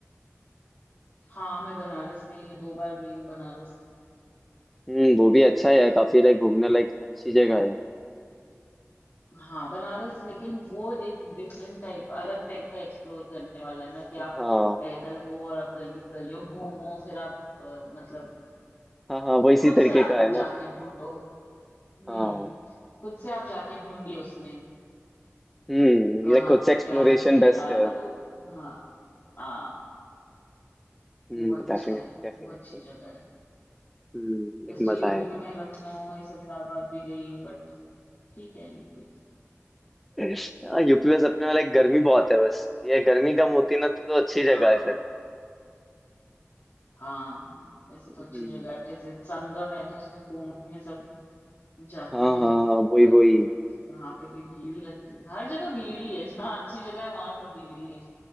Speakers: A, on the left; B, in the centre.
A: हाँ मैं बनारस गई हूँ दो बार गई हूँ बनारस
B: हम्म वो भी अच्छा है काफी लाइक घूमने लाइक अच्छी जगह है
A: हाँ बनारस लेकिन वो एक डिफरेंट टाइप अलग टाइप का एक्सप्लोर करने वाला है ना कि आप
B: हाँ
A: पैदल हो और आप गलियों गलियों घूमो फिर आप अ, मतलब
B: हाँ हाँ वो इसी
A: खुद
B: तरीके
A: से आप
B: का है ना
A: जाके ढूंढो हम्म
B: हाँ
A: खुद से आप जाके ढूंढिए उसमें
B: हम्म
A: कहाँ
B: ये खुद
A: पे
B: से
A: क्या
B: एक्सप्लोरेशन
A: है
B: बेस्ट
A: या
B: है
A: मतलब हाँ हाँ
B: हम्म
A: वो अच्छा
B: डेफिनेटली
A: है
B: डेफिनेटली
A: वो अच्छी जगह है
B: हम्म
A: वैसे
B: एक
A: तो
B: मजा
A: यूपी
B: है
A: में मैं लखनऊ ये सब इलाहाबाद भी गई हूँ बट ठीक है यूपी
B: हाँ यूपी बस अपने वाला एक गर्मी बहुत है बस ये गर्मी कम होती ना तो तो अच्छी जगह
A: हाँ
B: है फिर
A: हाँ वैसे तो
B: हम्म
A: अच्छी जगह है अब जैसे संगम है तो उसमें कुंभ में सब जाते
B: हाँ
A: हैं
B: हाँ हाँ वही
A: पर
B: वही
A: वहां पे भी भीड़ ही लगती है हर जगह भीड़ ही है जहाँ अच्छी जगह है वहां सब भीड़ ही है